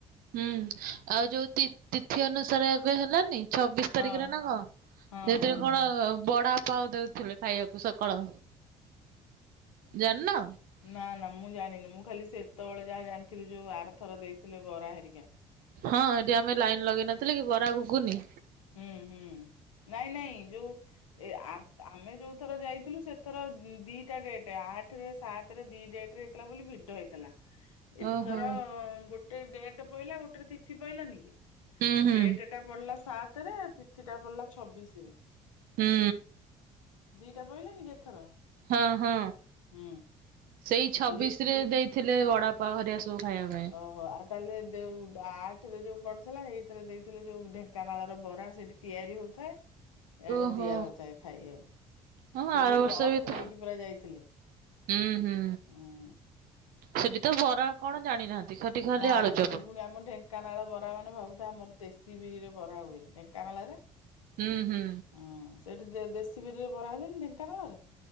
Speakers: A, on the right; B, on the left.
A: ହୁଁ ଆଉ ଯୋଉ ତିଥି ଅନୁସାରେ ଏବେ ହେଲାନି ଛବିଶ୍
B: ହଁ
A: ତାରିଖରେ ନାଁ କଣ।
B: ହଁ
A: ସେଥିରେ
B: ହଁ
A: କଣ ବଡାପ୍ ପାଉ ଦଉଥିଲେ ଖାଇବାକୁ ସକାଳ ଜାଣିନ?
B: ନାଁ ନାଁ ମୁଁ ଜାଣିନି ମୁଁ ଖାଲି ସେ ଏତେବେଳେ ଯାହା ଜାଣିଥିଲି ଯୋଉ ଆରଥର ଦେଇଥିଲେ ବରା ହେରିକା।
A: ହଁ ଏଠି ଆମେ ଲାଇନ୍ ଲଗେଇ ନଥିଲେ କି ବରା ଘୁକୁୁନି।
B: ହୁଁ ହୁଁ ନାଇଁ ନାଇଁ ଯୋଉ ଏ ଆମେ ଯୋଉଥର ଯାଇଥିଲୁ ସେଥର ଦିଟା ଡେଟ୍ ଆଠରେ ସାତରେ ଦି ଡେଟ୍। ଟ୍ରିହେଇଥିଲା ବୋଲି ଭିଡ ହେଇଥିଲା। ଏଥର
A: ଓହୋ
B: ଗୋଟେ ଡେଟ ପହିଲା ଗୋଟେ ତିଥି ପହିଲାନି କି,
A: ହୁଁ ହୁଁ
B: ଡେଟ ଟା ପଡିଲା ସାତ୍ ରେ ତିଥି ଟା ପଡ଼ିଲା ଛବିଶ୍ ରେ,
A: ହୁଁ
B: ଦିଟା ପହିଲାନି ଏଥର?
A: ହଁ-ହଁ
B: ହୁଁ
A: ସେଇ ଛବିଶ୍
B: ଏ ଯୋଉ
A: ରେ ଦେଇଥିଲେ ବାଡ଼ା ପାବାଘରିଆ ସବୁ ଖାଇବା ପାଇଁ,
B: ଓହୋ ଆଉ ତାହେଲେ ଯୋଉ ଆଠ ରେ ଯୋଉ ପଡ଼ିଥିଲା ଏଇଥିରେ ଦେଇଥିଲେ ଯୋଉ ଢ଼େଙ୍କାନାଳ ର ବରା ସେଠି, ତିଆରି ହଉଥାଏ ଏଇଆଡ଼େ
A: ଓହୋ।
B: ଦିଆ ହଉଥାଏ ଖାଇବାକୁ,
A: ହଁ
B: ସେଉଠୁ
A: ଆର ବର୍ଷ
B: ଟ୍ରପ୍
A: ବି ତ
B: ନେଇକି ପୁରା ଯାଇଥିଲେ
A: ହୁଁ ହୁଁ
B: ହୁଁ,
A: ସେଠି ତ ବରା କଣ ଜାଣିନାହାନ୍ତି, ସେଠି ଖାଲି
B: ନା
A: ଆଳୁଚପ।
B: ସେ ପୁଣି ଆମ ଢେ ଙ୍କାନାଳ ବରା ମାନେ ଭାବୁଥା ଆମର ଦେଶୀ ବିରିରେ ବରା ହୁଏ ଢେଙ୍କାନାଳରେ,
A: ହୁଁ-ହୁଁ,
B: ହଁ ସେଇଠି ଦେ ଦେଶୀ ବିରିରେ ବରା ହୁଏନି ଢେଙ୍କାନାଳରେ?